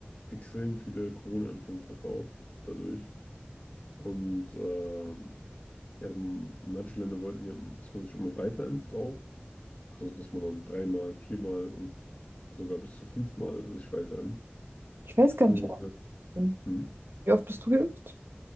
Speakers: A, on the left; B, on the right.
A: extrem viele Corona-Impfungen verkauft dadurch. Und ähm, ja, m- manche Länder wollten ja, dass man sich immer weiter impft auch. Also, dass man dann dreimal, viermal und sogar bis zu fünfmal sich weiter impft.
B: Ich weiß
A: Irgendwann
B: gar nicht. ob ich bin.
A: Hm.
B: Wie oft bist du geimpft?